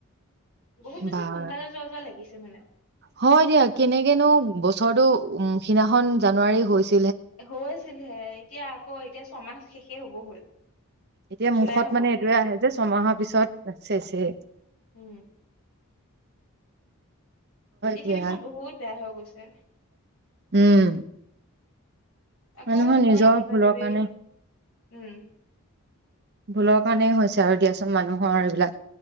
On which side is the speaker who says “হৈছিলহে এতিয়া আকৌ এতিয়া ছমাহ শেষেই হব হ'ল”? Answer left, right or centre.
Left